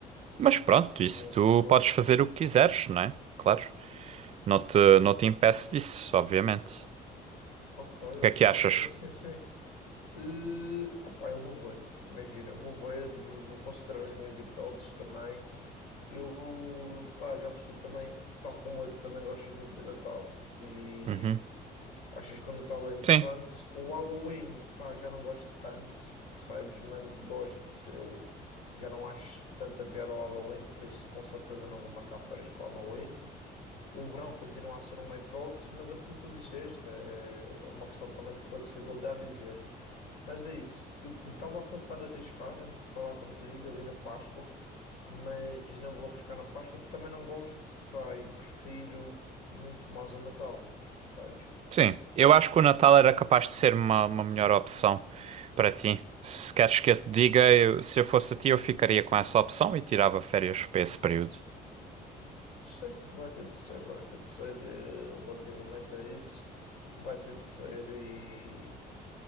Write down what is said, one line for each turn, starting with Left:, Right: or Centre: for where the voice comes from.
Right: Mas pronto, isso
Left: ok.
Right: tu podes fazer o que quiseres, não é? Claro. Não te, não te impeço disso, obviamente. O
Left: Ok,
Right: que
Left: ok,
Right: é que achas?
Left: sim, sim, sim. Uh, opá, eu vou ver, imagina, eu vou ver, vou considerar as minhas hipóteses também. Eu, pá, já percebi também, tal como eu também gosto muito do Natal e
Right: Uhum.
Left: achas que o Natal é importante.
Right: Sim,
Left: O Halloween, pá, já não gosto tanto, percebes? Mesmo que gosto, eu já não acho tanta piada ao Halloween, por isso com certeza não vou marcar férias para o Halloween. O verão continua a ser uma hipótese, mas é como tu disseste, é é uma questão também de flexibilidade e ver. Mas é isso. Eu estava a pensar em arriscar antes de falar contigo ali na Páscoa, mas não vou arriscar na Páscoa, também não gosto, pá, e prefiro muito mais o Natal, percebes?
Right: sim. Eu acho que o Natal era capaz de ser uma, uma melhor opção para ti. Se queres que eu te diga, eu- se eu fosse a ti, eu ficaria com essa opção e tirava férias para esse período.
Left: Sim, vai ter de ser, vai ter de ser, eh, relativamente a isso, vai ter de ser e.